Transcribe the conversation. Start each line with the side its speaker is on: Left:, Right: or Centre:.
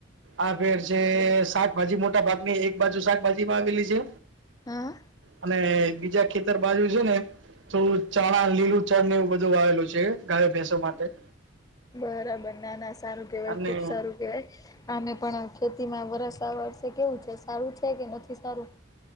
Right: આ ફેર જે શાકભાજી મોટા ભાગ ની એક બાજુ શાકભાજી વાવેલી છે
Left: હા
Right: અને બીજા ખેતર બાજુ છે ને થોડું ચણા લીલું ચણ ને એવું બધું આવેલું છે ગાયો ભેંસો માટે
Left: બરાબર ના ના સારું કેવાય
Right: અને
Left: ખુબ સારું કેવાય આને પણ ખેતીમાં વરષ આ વર્ષે કેવું છે સારું છે કે નથી સારું